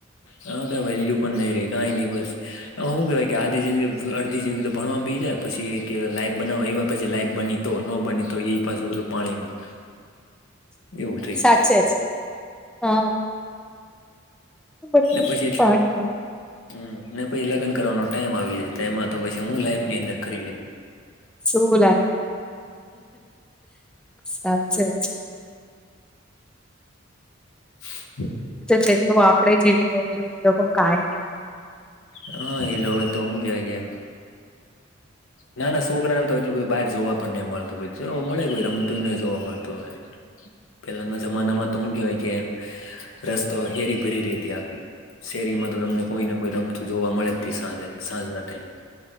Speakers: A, on the left; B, in the centre.
A: હા કઈ વેલ્યુ પણ નઈ રે કઈ નહી બસ એ શું કેહેવાય કે આધી જિંદગી અડધી જિંદગી તો ભણવાવામાં બી જાય પછી કે લાઈફ બનાવ એવ પછી લાઈફ બની તો ન બની તો એ પાછુ બધું પાણીમાં એવું થઈ
B: સાચ
A: ગયું
B: જ હા બની
A: એ
B: તો
A: પછી
B: બધું પાણીમાં
A: હમ પછી લગન કરવાનો ટાઈમ આવી જ એમાં તો પછી હુ લાઈ ની અંદર કરી લેવુ
B: શું લાઈફ સાચે જ
A: હ
B: તો જેટલું આપડે જીવ્યા એટલું એ લોકો કઈ નહી.
A: હા એ લોકોે તો હુજ, ગયા.
B: હમ <unintelligible>
A: ના ના સોકડા ને તો એટલું બધું બહાર જોવા પણ નહીઈ, મળતું જોવા મળે કોઈ રમતું ન જોવા મળતુ હોય. પેલાના જમાનામાં તો શું કેવાય કે રસ્તો હેરી ભરી રહી હતી, આખી શેરીમાં તો તમને કોઈને કોઈ રમ જોવા મળે જ સાંજે સાંજના ટાઈમે,